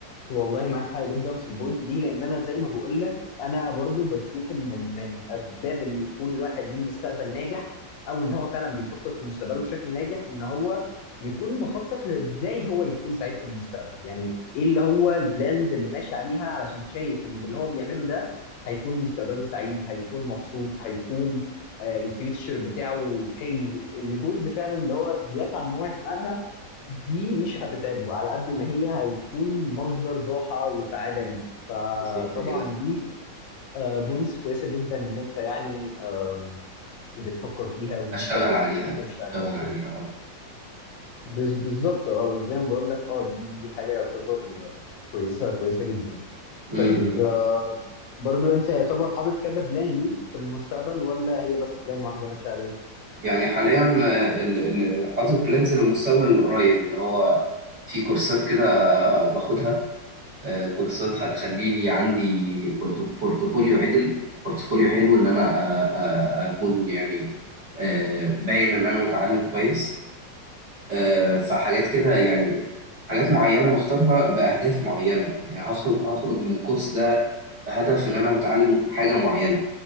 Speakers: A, on the left; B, on the right.
A: والله معاك حق جدا في البوينت دي لان انا زي ما بقول لك انا برضو بشوف ان من اسباب ان يكون الواحد ليه مستقبل ناجح او ان هو فعلا بيخطط لمستقبله بشكل ناجح ان هو يكون مخطط لازاي هو يكون سعيد في المستقبل يعني ايه اللي هو البلاند اللي ماشي عليها علشان شايف ان باللي هو بيعمله ده هيكون مستقبله سعيد هيكون مبسوط هيكون آه، الفيوتشر بتاعه حلو الجولز فعلا اللي هو بيسعى ان هو يحققها دي مش هتتعبه على قد ما هي هيكون مصدر راحة وسعادة ليه فطبعا
B: بالظبط كده
A: دي بوينتس كويسة جدا ان انت يعني آم، بتفكر فيها وان
B: اشتغل
A: انت بتحاول
B: عليها
A: تمشي
B: اشتغل
A: عليها وكده
B: عليها آه.
A: بز- بالظبط اه زي ما بقول لك اه دي دي حاجة يعتبر آه، كويسة كويسة جدا
B: امم.
A: طيب آه، برضو انت يعتبر حاطط كذا بلان ليك في المستقبل ولا هي بس بلان واحدة ماشي عليها؟
B: يعني حاليا آه، ال- ال- حاطط بلانز للمستقبل القريب اللي هو في كورسات كده آه، باخدها آه، كورسات هتخلي لي عندي بورت- بورتفوليو عدل بورتفوليو حلو ان انا آه، آه، اكون يعني آه، باين ان انا متعلم كويس آه، فحاجات كده يعني حاجات معينة بختارها بأهداف معينة يعني هخرج هخرج من الكورس ده بهدف ان انا متعلم حاجة معينة